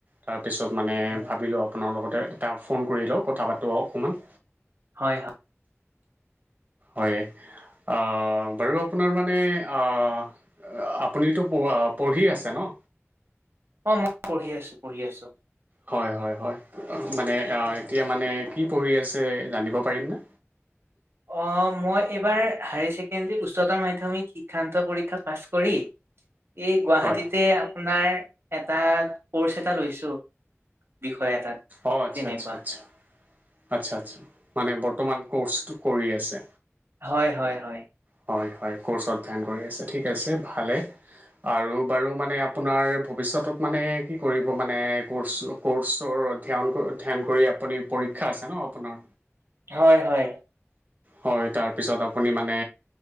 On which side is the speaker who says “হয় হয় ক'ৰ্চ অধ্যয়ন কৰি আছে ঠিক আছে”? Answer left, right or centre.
Right